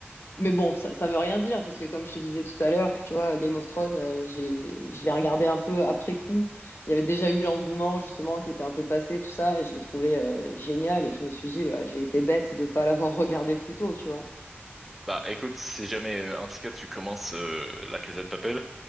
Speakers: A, on the left (about 65°); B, in the centre.
A: Mais bon, ça, ça veut rien dire, parce que comme je te disais tout à l'heure, tu vois, Game of Thrones, euh, j'ai, je l'ai regardé un peu après coup. Il y avait déjà eu l'engouement, justement, qui était un peu passé, tout ça, et je l'ai trouvé euh, génial, et je me suis dit, bah, j'ai été bête de pas l'avoir regardé plus tôt, tu vois.
B: Bah écoute, si jamais, euh, en tout cas, tu commences euh, La Casa de Papel,